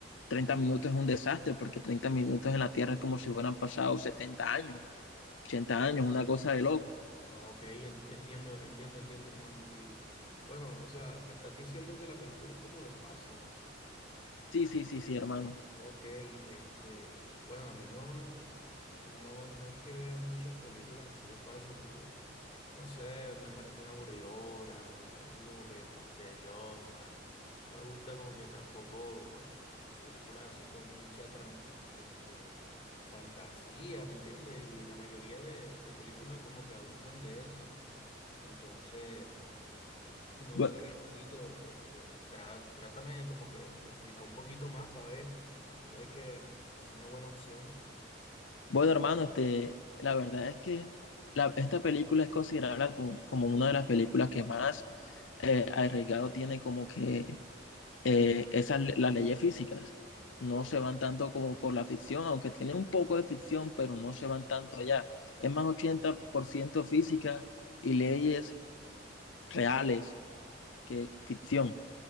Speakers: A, on the left; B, on the left.
A: 30 minutos es un desastre porque 30 minutos en la Tierra es como si hubieran pasado 70 años, 80 años, una cosa de loco.
B: Ok, en- entiendo, entiendo, entiendo, hermano. Y bueno, o sea, me estás diciendo que la película es como de espacio.
A: Sí, sí, sí, sí, hermano.
B: Ok, este, bueno, a mí no, no, no es que vea muchas películas así de espacio porque, no sé, me parecen aburridoras, me parecen como que muy tediosas. No me gusta como que tampoco, pues, películas así con mucha, tram- este, fantasía, ¿me entiendes? Y la mayoría de, de películas como que abusan de eso. Entonces... No
A: Bu-
B: sé, hermanito, este, trá- trátame como que de explicar un poquito más para ver, puede que, que sea una buena opción.
A: Bueno, hermano, este, la verdad es que la- esta película es considerada co- como, una de las películas que más eh, arriesgado tiene como que eh, esas, las leyes físicas no
B: Ok,
A: se van tanto como por la ficción, aunque tienen un poco de ficción, pero no se van tanto allá. Es más 80% física y leyes reales que ficción.